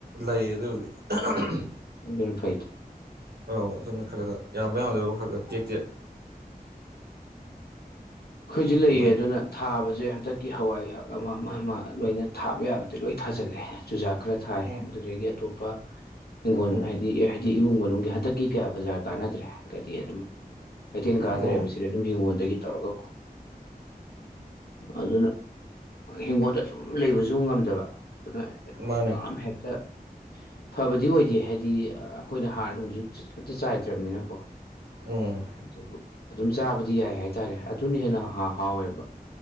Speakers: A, on the right; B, on the left.
A: ꯂꯩ ꯑꯗꯨꯕꯨꯗꯤ <unintelligible>
B: ꯑꯗꯨꯅ ꯐꯩꯗ
A: ꯑꯧ ꯑꯗꯨꯅ ꯈꯔ ꯈꯔ ꯌꯥꯝꯕ ꯌꯥꯝꯗꯕ ꯈꯔ ꯈꯔ ꯇꯦꯛ ꯇꯦꯛ
B: ꯑꯩꯈꯣꯏꯁꯨ ꯂꯩꯌꯦ
A: ꯑꯗꯨꯃꯥꯏꯅ
B: ꯑꯗꯨꯅ ꯊꯥꯕꯁꯦ ꯍꯟꯗꯛꯀꯤ ꯍꯋꯥꯏ ꯑꯃ ꯑꯃ ꯑꯃ ꯂꯣꯏꯅ ꯊꯥꯕ ꯌꯥꯕꯗꯤ ꯂꯣꯏ ꯊꯥꯖꯜꯂꯦ ꯆꯨꯖꯥꯛ ꯈꯔ ꯊꯥꯏ
A: ꯎꯝ
B: ꯑꯗꯨꯗꯒꯤ ꯑꯇꯣꯞꯄ ꯍꯤꯡꯒꯣꯜ
A: ꯎꯝ
B: ꯍꯥꯏꯗꯤ ꯑꯦ ꯍꯥꯏꯗꯤ ꯏꯃꯨꯡ ꯃꯅꯨꯡꯒꯤ ꯍꯟꯗꯛꯀꯤ ꯀꯌꯥ ꯕꯖꯥꯔ ꯀꯥꯟꯅꯗ꯭ꯔꯦ ꯍꯥꯏꯗꯤ ꯑꯗꯨꯝ ꯀꯩꯊꯦꯜ ꯀꯥꯗ꯭ꯔꯦ
A: ꯑꯣ
B: ꯁꯤꯗ ꯑꯗꯨꯝ ꯍꯤꯡꯒꯣꯜꯗꯒꯤ ꯇꯧꯔꯒ ꯑꯗꯨꯅ ꯍꯤꯡꯒꯣꯜꯗ ꯑꯗꯨꯝ ꯂꯩꯕꯁꯨ ꯉꯝꯗꯕ ꯑꯗꯨꯅ
A: ꯃꯥꯅꯦ
B: ꯌꯥꯝ ꯍꯦꯛꯇ ꯐꯕꯗꯤ ꯑꯣꯏꯗꯦ ꯍꯥꯏꯗꯤ ꯑꯩꯈꯣꯏꯅ ꯍꯥꯔ ꯅꯨꯡꯁꯨ ꯑꯃꯇ ꯆꯥꯏꯗ꯭ꯔꯕꯅꯤꯅꯀꯣ
A: ꯎꯝ
B: ꯑꯗꯨꯕꯨ ꯑꯗꯨꯝ ꯆꯥꯕꯗꯤ ꯌꯥꯏ ꯍꯥꯏꯇꯥꯔꯦ ꯑꯗꯨꯅ ꯍꯦꯟꯅ ꯍꯥꯎ ꯍꯥꯎꯋꯦꯕ